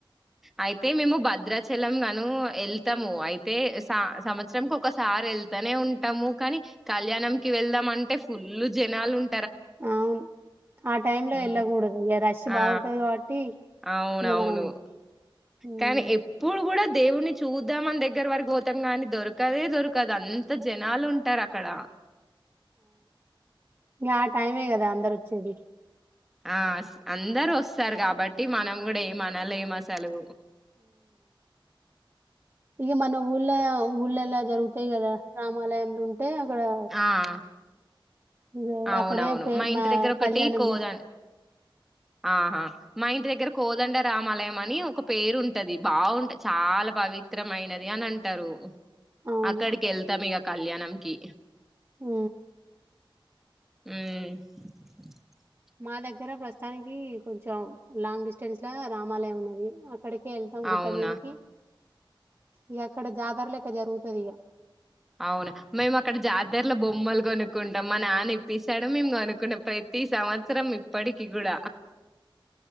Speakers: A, in the centre; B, on the right (about 25°).
A: అయితే మేము భద్రా చెలం ను వెళ్తాము అయితే సా సంవత్సరం క ఒకసారి వెళ్తానే ఉంటాము కానీ కళ్యాణం కి వెళ్దాం అంటే ఫుల్ జనాలు ఉం
B: అవున్ ఆ టైమ్ లో
A: హ్మ్.
B: వెళ్ళకూడదు రష్
A: ఆ
B: బాగుంటది కాబట్టి
A: అవునవును
B: ఇగ మనం మ్
A: కానీ ఎప్పుడు కూడా దేవున్ చూద్దాం అని దగ్గర వరకు పోతాం గానీ, దొరకదే దొరకదు అంత జనాలు ఉంటారు అక్కడ.
B: ఇంగా ఆ టైమే కదా అందరు వచ్చేది.
A: ఆ అందరు వస్తారు కాబట్టి మనం కూడా ఏమ అనలేం అసలు.
B: ఇగ మన ఊళ్ళ ఊళ్ళల్ల జరుగుతయి కదా రామాలయంలో అంటే అక్కడా
A: ఆ
B: ఇగ
A: అవునవును.
B: అక్కడే
A: ఇంటి
B: మా
A: దగ్గర ఒకటి
B: కళ్యాణం
A: కోదం
B: చేస్
A: ఆహా మా ఇంటి దగ్గర కోదండ రామాల లయం అని ఒక పేరుంటది బాగుంట చాలా పవిత్రమైనది అని అంటరు.
B: అవును
A: అక్కడ్కెళ్తాం ఇగ కళ్యాణంకి
B: మ్
A: మ్
B: మా దగ్గర ప్రస్తుతాని కీ కొంచం లాంగ్ డిస్టెన్స్లా రామాలయం ఉన్నది. అక్కడ్కే ఎళ్తాం గుట్ట
A: అవునా!
B: మీదికి ఇగ అక్కడ జాతరలెక్క జరుగు తదిగ
A: అవ్నా మేం అక్కడ జాతర్ల బొమ్మల్ కొనుక్కుంటాం మా నా ఇప్పిస్తాడు మేం కొనుకునే ప్రయ తీసా <unintelligible> అవసరం ఇప్పట్కి గుడ